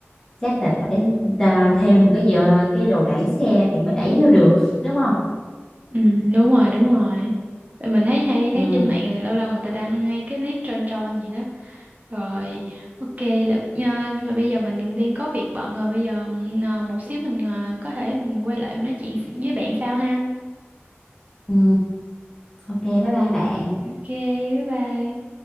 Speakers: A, on the left; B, on the right.
A: chắc là phải ta thêm một cái giờ cái đồ đẩy xe thì mới đẩy vô được đúng không
B: Ừ, đúng rồi, đúng rồi. Mình thấy hay thấy
A: ừ,
B: trên mạng rồi lâu lâu người ta đăng ngay cái clip tròn tròn gì đó. Rồi, ok là à, nhưng mà bây giờ mình đang có việc bận rồi, bây giờ ừm, à, một xíu mình à, có thể mình quay lại mình nói chuyện với bạn sau ha.
A: ừ. ok bye bye bạn
B: Ok, bye bye.